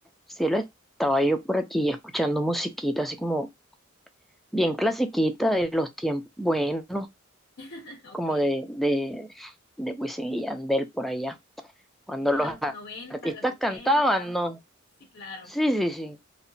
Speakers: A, in the centre; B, on the left (about 55°).
A: Sí, lo estaba yo por aquí escuchando musiquita, así como bien clasiquita de los tiempos buenos,
B: <laughs> Ok.
A: como de, de, de Wisin y Yandel por allá, cuando
B: Sí, de
A: los
B: los
A: a-
B: 90,
A: artistas
B: los ochenta,
A: cantaban, ¿no?
B: Sí, claro.
A: Sí, sí, sí.